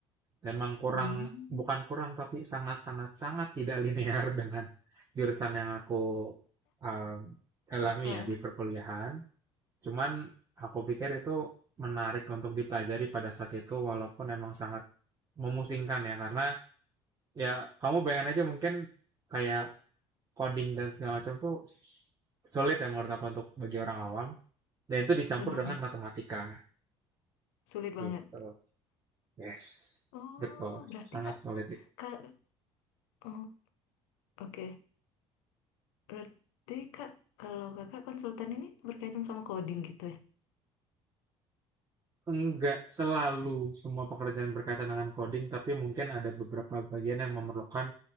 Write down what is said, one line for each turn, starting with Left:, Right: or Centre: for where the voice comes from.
Right: Memang kurang
Left: Hmm.
Right: bukan kurang, tapi sangat sangat sangat tidak linear <laughs> dengan jurusan yang aku, mmm, alami
Left: Heeh,
Right: ya di perkuliahan. Cuman aku pikir itu menarik untuk dipelajari pada saat itu walaupun memang sangat memusingkan ya, karena ya kamu bayangin aja mungkin kayak coding dan segala macam tuh su sulit ya menurut aku untuk bagi orang awam dan itu dicampur
Left: benar,
Right: dengan matematika
Left: sulit
Right: gitu.
Left: banget.
Right: Yes,
Left: Oh,
Right: betul,
Left: berarti
Right: sangat
Left: kak,
Right: sulit
Left: kak, oh, oke, Berarti kak, kalau kakak konsultan ini berkaitan sama coding gitu ya?
Right: Enggak selalu semua pekerjaan berkaitan dengan coding, tapi mungkin ada beberapa bagian yang memerlukan